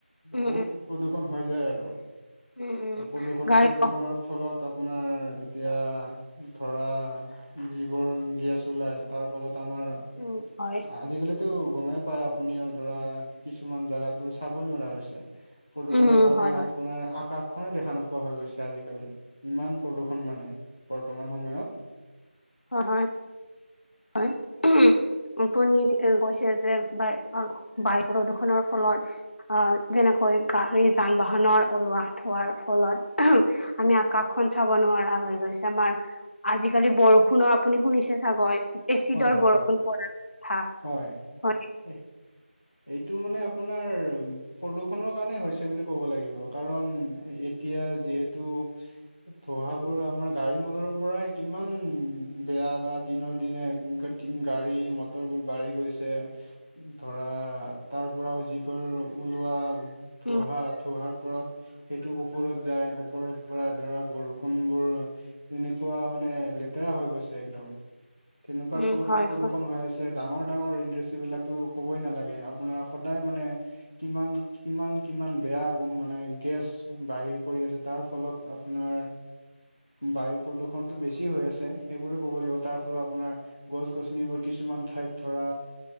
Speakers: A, on the left; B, on the left.
A: উম,
B: বহুত
A: উম,
B: প্ৰদূষণ হৈ যায় আৰু
A: উম, উম,
B: আৰু প্ৰদূৰষণ
A: গাড়ী
B: প্ৰদূৰষণৰ ফলত আপোনাৰ এতিয়া ধৰা যিবোৰ গেছ ওলায় তাৰ ফলত তমাৰ
A: উম, হয়,
B: আজিকালিতো গমেই পায় আপুনিও ধৰা কিছুমান জেগাতটো চাব নোৱাৰা হৈছে প্ৰদূষণৰ
A: উম,
B: কাৰণে
A: হয়, হয়,
B: আপোনাৰ কাষখনেই দেখা নোপোৱা হৈ গৈছে আজিকালি ইমান প্ৰদূষণ মানে বৰ্তমান সময়ত
A: হয় হয় হয় ন কৈছে যে ব বায়ু প্ৰদূৰষণৰ ফলত আহ যেনেক গাড়ী যান বাহনৰ ওলোৱা থোৱাৰ ফলত আমি আকাশখন চাব নোৱাৰা হৈ গৈছে আমাৰ আজিকালি বৰষুণ খুনো আপুনি শুনিছে চাগৈ এচিডৰ
B: হয় হয়
A: বৰষুণ পৰা কথা
B: হয়
A: হয়
B: এ এইটো মানে
A: উম
B: আপোনাৰ প্ৰদূষণৰ কাৰণে হৈছে বুলি ক'ব লাগিব, কাৰণ এতিয়া যিহেতু ধোহাবোৰ আমাৰ গাড়ী মটৰৰ পৰাই কিমান বেয়া বা দিনৰ দিনে <unintelligible> গাড়ী মট টৰবোৰ বাঢ়ি গৈছে, ধৰা তাৰ পৰাও যিবোৰ ওলোৱা ধোহা
A: উম
B: ধোহাৰ ওপৰত সেইটো ওপৰত যায়, ওপৰৰ পৰা ধৰা বৰষুণবোৰ তেনেকুৱা মানে লেতেৰা হৈ গৈছে একদম। তেনেকুৱাৰ
A: উম
B: ফলতো
A: হয়
B: প্ৰদূষণ
A: হয়
B: হৈ আছ ডাঙৰ ডাঙৰ ইণ্ডাষ্টি বিলাকটো ক'বই নালাগে, আপোনাৰ সদায় মানে কিমান কিমান কি ইমান বেয়া গো মানে গেছ বাহিৰ কৰি আছে, তাৰ ফলত আপোনাৰ বায়ু প্ৰদূষণতটো বেছি হৈ আছে সেইবোৰে ক'ব লাগিব, তাৰ ফলত আপোনাৰ গছ গছনিবোৰ কিছুমান ঠাইত ধৰা,